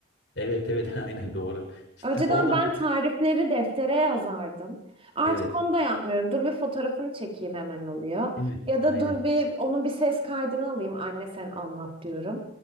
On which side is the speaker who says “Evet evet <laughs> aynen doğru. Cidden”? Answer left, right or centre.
Left